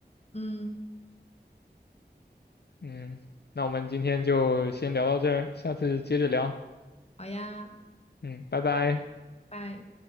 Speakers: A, on the left; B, on the left.
A: 嗯，
B: 嗯，那我们今天就先聊到这儿，下次接着聊。
A: 好呀，
B: 嗯，拜拜。
A: 拜。